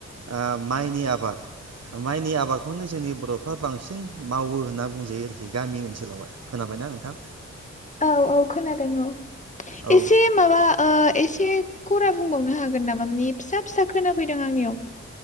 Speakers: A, on the right; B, on the left.
A: आ माइनि आबाद माइनि आबादखौनो जोंनि बर'फ्रा बांसिन मावो होनना बुंजायो आरोखि गामि ओनसोलावहाय खोनाबायना नोंथां
B: औ औ खोनादों औ
A: औ ओ
B: इसे माबा ओ इसे खौरां बुं बुंबावनो हागोन नामा मानि फिसा फिसा खोनाफैदों आंनियाव